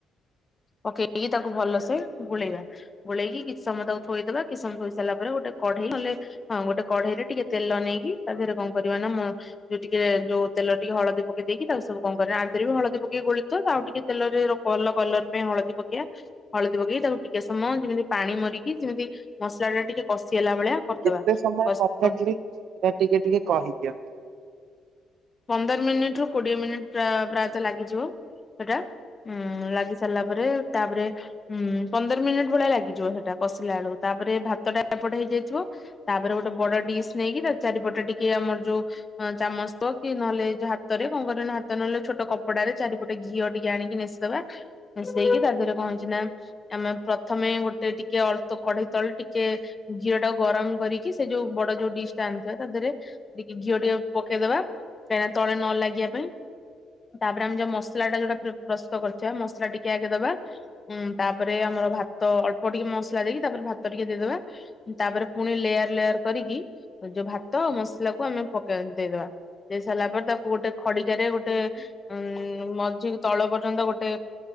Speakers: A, on the left; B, on the right.
A: ପକେଇକି ତାକୁ ଭଲସେ ଗୋଳେଇବା। ଗୋଳେଇ କି କିଛି ସମୟ ତାକୁ ଥୋଇଦବା କିଛି ସମୟ ଥୋଇଁ ସାରିଲା ପରେ ଗୋଟେ କଢେଇ ନ ହେଲେ ହଁ ଗୋଟେ କଢେଇ ରେ ଟିକେ ତେଲ ନେଇକି ତା ଦେହରେ କଣ କରିବା ନା ମ ଯୋଉ ଟିକେ ଯୋଉ ତେଲ ଟିକେ ହଳଦୀ ପକେଇ ଦେଇକି ତାକୁ ସବୁ କଣ କରିବ ଆଧରେ ବି ହଳଦୀ ପକେଇ ଗୋଳେଇ ବ ଆଉ ଟିକେ ତେଲ ରେ ଭଲ କଲର ପାଇଁ ହଳଦୀ ପକେଇବା। ହଳଦୀ ପକେଇକି ତାକୁ ଟିକେ ସମୟ ଯେମିତି ପାଣି ମରିକି ଯେମିତି ମସଲା ଟା ଟିକେ କଷି ହେଲା ଭଳିଆ କରିଦବା
B: କେତେ ସମୟ
A: କଷି
B: କମ୍ପେଟିଲି ଟିକେ ଟିକେ କହିଦିଅ?
A: ପନ୍ଦର ମିନିଟ ରୁ କୋଡିଏ ମିନିଟ ପ୍ରାୟ ପ୍ରାୟତଃ ଲାଗିଯିବ ସେଟା ଉଁ ଲାଗି ସରିଲା ପରେ ତା ପରେ ହୁଁ ପନ୍ଦର ମିନିଟ ଭଳିଆ ଲାଗିଯିବ ସେଟା କଷିଲା ବେଳକୁ ତାପରେ ଭାତ ଟା ଏପଟେ ହେଇଯାଇଥିବ। ତା ପରେ ଗୋଟେ ବଡ ଡିସ୍ ନେଇକି ତା ଚାରିପଟେ ଟିକେ ଆମର ଯୋଉ ଚାମଚ କି ନହଲେ ଏ ହାତରେ କଣ କରିବ ନା ହାତରେ ନ ହେଲେ ଛୋଟ କପଡାରେ ଚାରିପଟେ ଘିଅ ଟିକେ ଆଣିକି ନେସିଦେବା। ମିଶେଇକି ତା ଦେହରେ କଣ ହେଇଛି ନା ଆମେ ପ୍ରଥମେ ଗୋଟେ ଟିକେ ଅଳ୍ପ କଢେଇ ତଳେ ଟିକେ ଘିଅ ଟାକୁ ଗରମ କରିକି ସେ ଯୋଉ ବଡ ଯୋଉ ଡିସ୍ ଟା ଆଣିଥିବା ତା ଦେହରେ ଟିକେ ଘିଅ ଟିକେ ପକେଇଦବା କାହିଁକିନା ତଳେ ନ ଲାଗିବା ପାଇଁ। ତାପରେ ଆମେ ଯୋଉ ମସଲା ଟା ଯୋଉଟା ପ୍ରସ୍ତୁତ କରିଥିବା ମସଲା ଟିକେ ଆଗେ ଦବା। ହଁ ତାପରେ ଆମର ଭାତ ଅଳ୍ପ ଟିକେ ମସଲା ଦେଇକି ତାପରେ ଭାତ ଟିକେ ଦେଇଦବା। ତାପରେ ପୁଣି ଲେୟାର ଲେୟାର କରିକି ଯୋଉ ଭାତ ମସଲାକୁ ଆମେ ପକେଇ ଦେଇ ଦବା। ଦେଇ ସାରିଲା ପରେ ତାକୁ ଗୋଟେ ଖଡିକା ରେ ଗୋଟେ ଉଁ ମଝିକୁ ତଳ ପର୍ଯ୍ୟନ୍ତ ଗୋଟେ